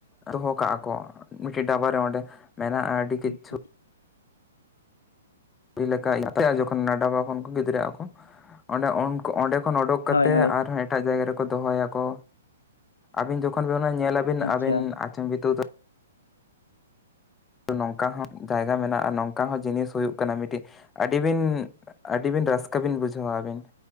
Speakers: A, on the left; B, on the left.
A: ᱫᱚᱦᱚ ᱠᱟᱜᱼᱟ ᱠᱚ, ᱢᱤᱫᱴᱮᱱ ᱰᱟᱵᱟᱨᱮ ᱚᱸᱰᱮ ᱢᱮᱱᱟᱜᱼᱟ ᱟᱹᱰᱤ ᱠᱤᱪᱷᱩ
B: ᱟᱪᱪᱷᱟ
A: ᱡᱮ ᱞᱮᱠᱟ <unintelligible> ᱡᱚᱠᱷᱚᱱ ᱚᱱᱟ ᱵᱟᱵᱟ ᱠᱚ ᱜᱤᱫᱽᱨᱟᱹ ᱟᱠᱚ ᱾ ᱚᱸᱰᱮ ᱚᱱᱠᱚ ᱚᱸᱰᱮ ᱠᱷᱚᱱ ᱚᱰᱚᱠ ᱠᱟᱛᱮᱜ
B: ᱦᱳᱭ ᱦᱳᱭ
A: ᱟᱨᱦᱚᱸ ᱮᱴᱟᱜ ᱡᱟᱭᱜᱟ ᱨᱮᱠᱚ ᱫᱚᱦᱚᱭᱟᱠᱚ ᱟᱹᱵᱤᱱ ᱡᱚᱠᱷᱚᱱ ᱧᱮᱞᱟᱵᱤᱱ
B: ᱟᱪᱪᱷᱟ
A: ᱟᱹᱵᱤᱱ ᱟᱪᱚᱢ ᱵᱤᱛᱟᱹᱨ ᱱᱚᱝᱠᱟ ᱦᱚᱸ ᱡᱟᱭᱜᱟ ᱢᱮᱱᱟᱜᱼᱟ ᱱᱚᱝᱠᱟ ᱦᱚᱸ ᱡᱤᱱᱤᱥ ᱦᱩᱭᱩᱜ ᱠᱟᱱᱟ ᱢᱤᱫᱴᱤᱡ ᱟᱹᱰᱤᱵᱤᱱ ᱟᱹᱰᱤᱵᱤᱱ ᱨᱟᱹᱥᱠᱟᱹ ᱵᱤᱱ ᱵᱩᱡᱷᱟᱹᱣᱟ ᱟᱹᱵᱤᱱ ᱾